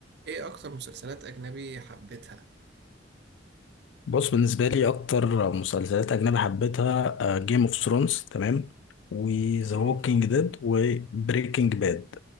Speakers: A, on the right; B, on the left.
A: ايه اكتر مسلسلات اجنبي حبيتها
B: بص بالنسبة لي أكتر مسلسلات أجنبي حبيتها جيم اوف ثرونز تمام وذا
A: اه
B: ووكينج ديد وبريكنج باد